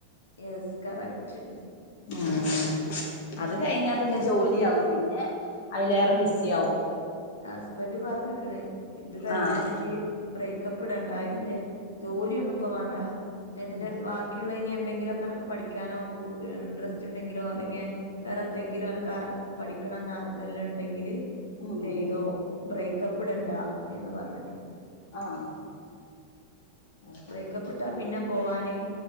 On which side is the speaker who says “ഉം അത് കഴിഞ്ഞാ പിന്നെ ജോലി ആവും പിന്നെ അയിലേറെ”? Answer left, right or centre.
Left